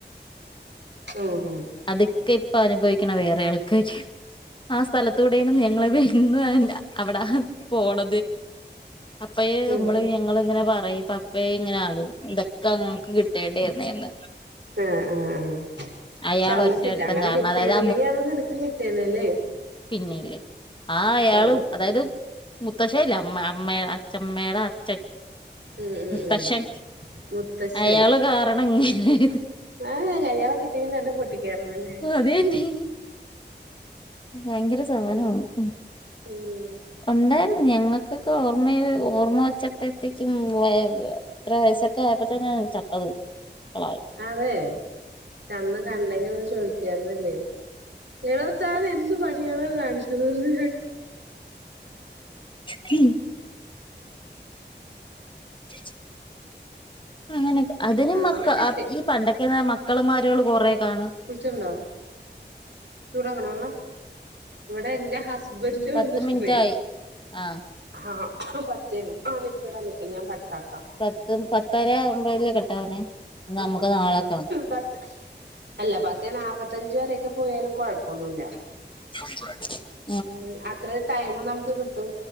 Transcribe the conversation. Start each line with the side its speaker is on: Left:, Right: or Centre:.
Right: ഉം ഹം
Left: അതൊക്കെ ഇപ്പൊ അനുഭവിക്കണ വേറെ ആൾക്കായിരിക്കും ആ സ്ഥലത്തൂടെയെന്നും ഞങ്ങളെ വടുന്നുല്ല അവിടെ പോണ അപ്പയ നമ്മള്
Right: ഉം
Left: ഞങ്ങ ഇങ്ങനെ പറയും അപ്പ ഇങ്ങനെ ആാലും ഇതൊക്കെ അങ്ങക്ക് കിട്ടേണ്ടിയിരുന്നന്ന്
Right: ആഹ് ആ ആ
Left: അയാൾ
Right: പ അന്ന്
Left: ഒറ്റൊരുത്തൻ
Right: കിട്ട അങ്ങനെ
Left: കാരണം
Right: കിട്ടിരുന്നെങ്കി
Left: അതായത്
Right: അത് നിനക്ക് കിട്ടിയന്നല്ലേ
Left: പിന്നെല്ലേ ആ അയാളും
Right: ഉം
Left: അതായത് മുത്തശയില്ല അമ്മ അമ്മ അച്ഛമ്മയുടെ അച്ഛൻ
Right: ഉം ഉം
Left: പക്ഷെ
Right: മുത്തശ്ശൻ
Left: അയാള് കാരണം ഇങ്ങനെയത്
Right: ആ കയ്യാളെ കിട്ടിങ്കി രണ്ടു പൊട്ടിക്കായിരുന്നുല്ലേ
Left: അതന്നെ ഭയങ്കര സാനമാണ് ഉം
Right: മം
Left: ഉണ്ടായിരുന്നു ഞങ്ങക്കൊക്കെ ഓർമ്മയിൽ ഓർമ്മ വെച്ചത്തപ്പേയ്ക്കും വ ഇത്ര വയസ്സൊക്കെ ആയപ്പോ തന്നെയ ചത്തത് കളവൻ
Right: അതെ ക്ഷെ അന്ന് കണ്ടെങ്കി ഒന്ന് ചോദിക്കാം ക്കാരുന്നിലെ എടോ താൻ എന്ത് പണിയാണോ കാണിച്ചതന്ന്
Left: <inaudible> ഉം <inaudible>
Right: <inaudible>
Left: അങ്ങനെക്കെ അതിനും
Right: അങ്ങനെ
Left: മക്ക
Right: കിട്ടി
Left: അ് ഈ പണ്ടൊക്കന്ന് മക്കളും മാരോള് കൊറേ കാണ്
Right: കുളിച്ചിട്ണ്ടോ ചൂടാക്കണോ വെള്ളം ഇവിടെ എൻ്റെ ഹസ് ബൻ്റ് വന്ന്നിക്കണേ
Left: പത്ത് മിനിറ്റായി ആ
Right: അ്ഹ അപ്പം പത്തേന്ന് ആ നിക്കടാ നിക്ക് ഞാൻ കട്ടാക്കാം
Left: പത്തും പത്തര ആവുമ്പോലല്ലേ കട്ടാകണേ നമ്മുക്ക് നാളെക്കാം
Right: പത്ത് അല്ല പത്ത് നാപ്പത്തഞ്ച് വരെക്കെ പോയാലും കുഴപ്പമൊന്നുമില്ല
Left: <unintelligible>
Right: ഉം അത്ര ടൈമ് നമുക്ക് കിട്ടും